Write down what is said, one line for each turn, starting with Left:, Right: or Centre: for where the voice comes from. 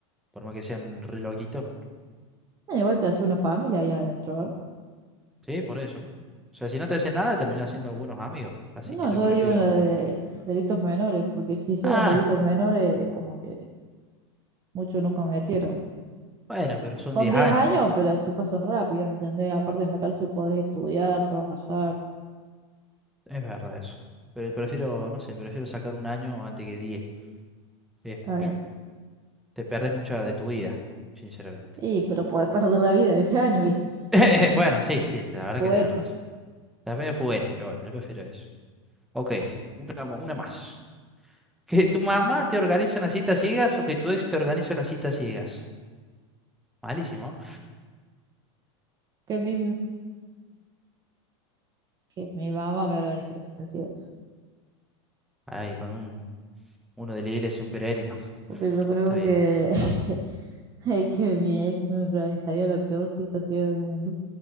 Centre: Por más que sean re loquitos.
Right: Ah, Igual te hace una familia allá adentro, ¿no?
Centre: Sí, por eso. O sea, si no te hacen nada, terminás siendo buenos amigos. Así
Right: No,
Centre: que yo
Right: yo
Centre: prefiero.
Right: digo en la de delitos menores, porque si hicieron
Centre: Ah,
Right: delitos menores, es como que Muchos no cometieron.
Centre: bueno, pero son
Right: Son
Centre: diez
Right: 10
Centre: años.
Right: años, pero se pasan rápido, ¿me entendés? Aparte en la cárcel podés estudiar, trabajar,
Centre: Es verdad eso. Pero prefiero, no sé, prefiero sacar un año antes que diez. Es
Right: está
Centre: mucho.
Right: bien.
Centre: Te perdés mucha de tu vida, sinceramente.
Right: Y, pero podés perder la vida en ese año, ¿viste?
Centre: <laughs> Bueno, sí, sí, la verdad
Right: Juguete.
Centre: que tienes razón. Está medio juguete, pero bueno, yo prefiero eso. Ok, una, mo- una más. ¿Que tu mamá te organice una cita a ciegas o que tu ex te organice una cita a ciegas? Malísimo.
Right: Que mi, que mi mamá me organice las situaciones.
Centre: Ay, con un, uno de la iglesia, un peregrino.
Right: Porque yo creo
Centre: Está bien,
Right: que, <laughs> es que mi ex me organizaría la peor situación del mundo.